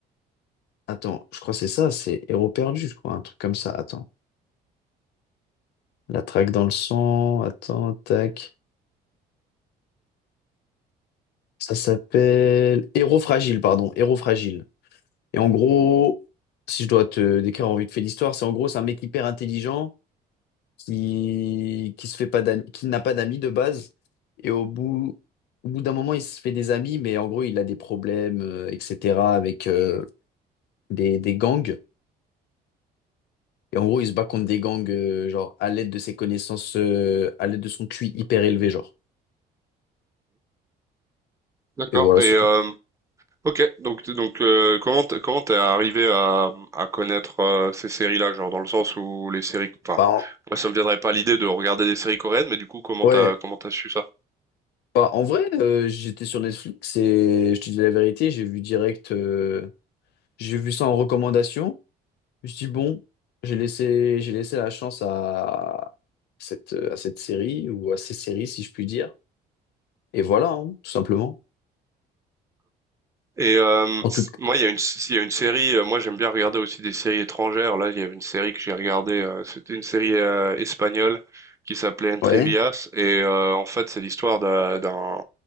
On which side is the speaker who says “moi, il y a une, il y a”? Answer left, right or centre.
Right